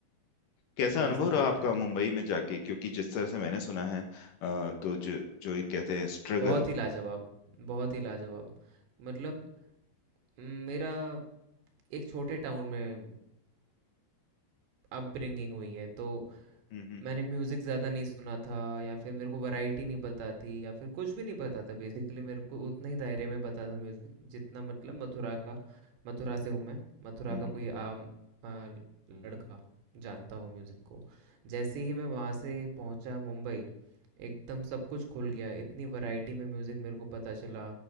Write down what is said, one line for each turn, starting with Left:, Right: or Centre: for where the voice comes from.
Left: कैसा
Right: तो यही
Left: अनुभव
Right: सब
Left: रहा
Right: चल
Left: आपका
Right: रहा है
Left: मुंबई में जाके क्योंकि जिस तरह से मैंने सुना है अ, तो जो जो एक कहते हैं स्ट्रगल
Right: बहुत ही लाजवाब बहुत ही लाजवाब मतलब म, मेरा एक छोटे टाउन में अपब्रिंगिंग हुई है तो
Left: हम्म हम्म
Right: मैंने म्यूज़िक ज़्यादा नहीं सुना था या फिर मेरे को वैरायटी नहीं पता थी या फिर कुछ भी नहीं पता था बेसिकली मेरे को उतना ही दायरे में पता था म्यूज़िक जितना मतलब मथुरा का मथुरा से हूँ मैं मथुरा
Left: हम्म,
Right: का कोई आम आ, लड़का जानता हो म्यूज़िक को जैसे ही मैं वहाँ से पहुँचा मुंबई एकदम सब कुछ खुल गया इतनी वैरायटी में म्यूज़िक मेरे को पता चला